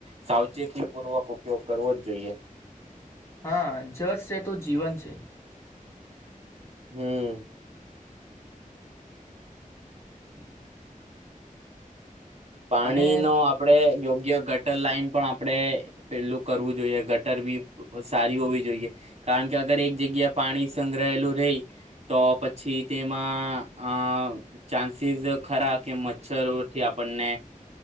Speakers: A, on the right; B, on the left.
A: સાવચેતીપૂર્વક ઉપયોગ કરવો જ જોઈએ.
B: હા જર છે તો જીવન છે.
A: હમ.
B: <inaudible>
A: પાણી
B: અને
A: નો આપડે યોગ્ય ગટર લાાઈન પણ આપણે પેલું કરવું જોઈએ ગટર બી સારી હોવી જોઈએ કારણ કે અગર એક જગ્યા પાણી સંગ્રહલું રહી તો પછી તેમાં અ ચાન્સીસ ખરા કે મચ્છરોથી પને